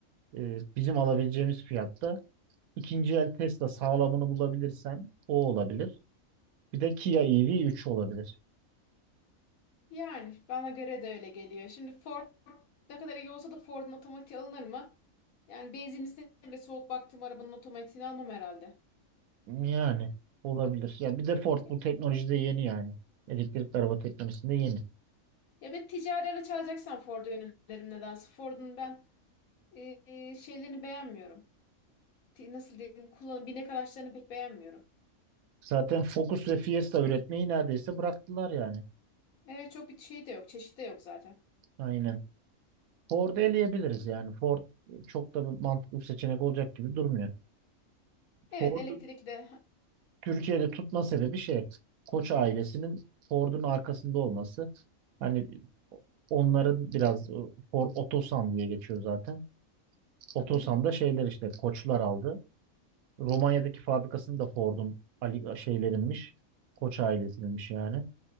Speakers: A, on the right (about 85°); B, on the left (about 80°).
A: e, bizim alabileceğimiz fiyatta ikinci el Tesla sağlamını bulabilirsen o olabilir. Bir de Kia EV3 olabilir.
B: Yani bana göre de öyle geliyor. Şimdi Ford ne kadar iyi olsa da Ford'un otomatiği alınır mı? Yani benzinlisine bile soğuk baktım arabanın otomatiğini almam herhalde.
A: Yani olabilir. Ya bir de Ford
B: Ya,
A: bu teknolojide yeni yani. Elektrikli araba teknolojisinde yeni.
B: ya ben ticari araç alacaksam Ford'u yönelirim nedense. Ford'un ben e, e, şeylerini beğenmiyorum. Ti- Nasıl diyeyim? Kullanım, binek araçlarını pek beğenmiyorum.
A: Zaten Focus ve Fiesta üretmeyi neredeyse bıraktılar yani.
B: Evet çok bir şey de yok. Çeşit de yok zaten.
A: Aynen. Ford'u eleyebiliriz yani. Ford çok da bir mantıklı bir seçenek olacak gibi durmuyor.
B: Evet
A: Ford'un
B: elektrikli de.
A: Türkiye'de tutma sebebi şey. Koç ailesinin Ford'un arkasında olması. Hani onların biraz e, Ford Otosan diye geçiyor zaten. Otosan'da
B: Hı hı.
A: şeyler işte Koçlar aldı. Romanya'daki fabrikasını da Ford'un Ali şeylerinmiş. Koç ailesininmiş yani.